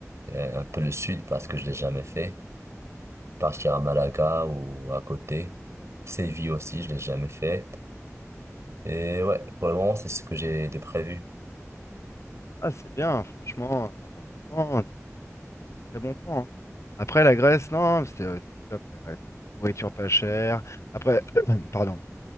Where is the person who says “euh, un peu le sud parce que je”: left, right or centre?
Right